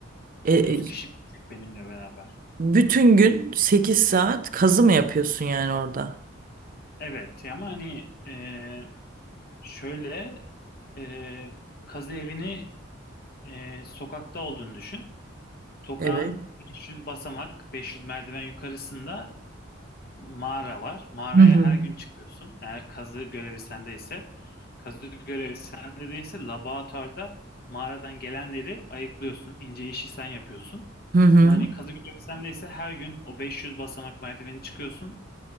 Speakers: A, on the right (about 45°); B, on the left (about 50°).
A: E,
B: 30
A: e,
B: kişi gidecek benimle beraber.
A: bütün gün 8 saat kazı mı yapıyorsun yani orada?
B: Evet ama hani e, şöyle e, kazı evini e, sokakta olduğunu düşün. Sokağın
A: Evet.
B: 500 basamak, 500 merdiven yukarısında mağara var. Mağaraya
A: Hı hı.
B: her gün çıkıyorsun. Eğer kazı görevi sendeyse. Kazı görevi sende değilse laboratuvarda mağaradan gelenleri ayıklıyorsun. İnce işi sen yapıyorsun.
A: Hı hı.
B: Ama hani kazı görevi sendeyse her gün o 500 basamak merdiveni çıkıyorsun.